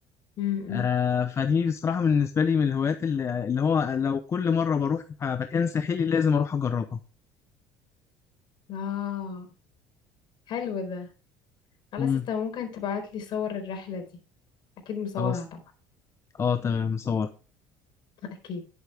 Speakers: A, on the left; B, on the left.
A: امم
B: آه فدي بصراحة بالنسبة لي من الهوايات اللي, اللي هو لو كل مرة بروح مكان ساحلي لازم أروح أجربها
A: اه حلو ده خلاص
B: مم.
A: انت ممكن تبعت لي صور الرحلة دي اكيد مصورها
B: خلاص
A: طبعا
B: اه تمام صور
A: <laughs> اكيد